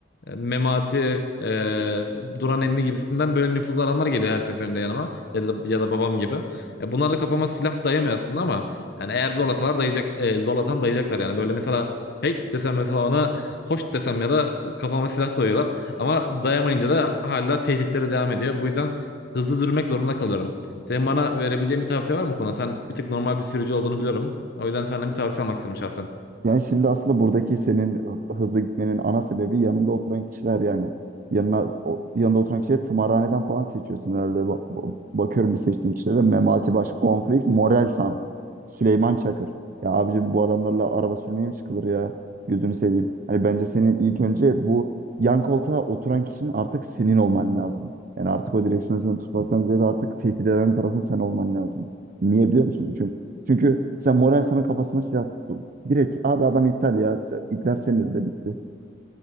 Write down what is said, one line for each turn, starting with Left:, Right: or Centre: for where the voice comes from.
Left: E, Memati, e, Duran emmi gibisinden böyle nüfuzlu adamlar geliyor her seferinde yanıma. Ya da, ya da babam gibi. E, bunlar da kafama silah dayamıyor aslında ama yani eğer zorlasalar dayayacak, e, zorlasam dayayacaklar yani. Böyle mesela hey desem mesela ona hoş desem ya da kafama silah dayıyorlar. Ama dayamayınca da hala tehditleri devam ediyor. Bu yüzden hızlı durmak zorunda kalıyorum. Senin bana verebileceğin bir tavsiye var mı bu konuda? Sen bir tık normal bir sürücü olduğunu biliyorum. O yüzden senden bir tavsiye almak istedim şahsen.
Right: Yani şimdi aslında buradaki senin hızlı gitmenin ana sebebi yanında oturan kişiler yani. Yanına, o- yanında oturan kişileri tımarhaneden falan seçiyorsun herhalde. Ba- ba- bakıyorum bir seçtiğin kişilere. Memati Baş, Gonfrix, Morelsan, Süleyman Çakır. Ya abicim bu adamlarla araba sürmeye mi çıkılır ya? Gözünü seveyim. Hani bence senin ilk önce bu yan koltuğa oturan kişinin artık senin olman lazım. Yani artık o direksiyonu sen tutmaktan ziyade artık tehdit eden tarafın sen olman lazım. Niye biliyor musun? Çünkü, çünkü sen Morelsan'ın kafasına silah tuttun. Direkt abi adam iptal ya. İpler senin elinde bitti.